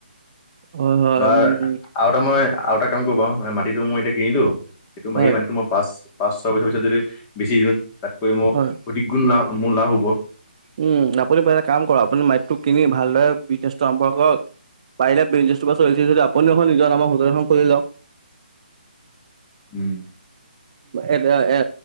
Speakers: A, on the right; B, on the left.
A: হয়, হয়,
B: বা
A: উম,
B: আৰু এটা মই আৰু এটা কাম কৰিব পাও, এই মাটিটো মই এতিয়া কিনিলো, এইটো ম
A: হয়,
B: এই মাটিটো মই পাঁচ পাঁচ ছয় বছৰ যদি বেচি দিওঁ, তাতকৈ মোৰ
A: হয়।
B: অধিক গুণ লাভ মোৰ লাভ হ'ব।
A: উম, আপুনি পাৰিলে এটা কাম কৰক, আপুনি মাটিটো কিনি ভালদৰে বিজনেচটো আৰম্ভ কৰক পাৰিলে বিজনেছটোৰ পাছত চলিছে যদি আপুনি এখন নিজৰ নামৰ হোটেল এখন খুলি লওক।
B: উম
A: এ এ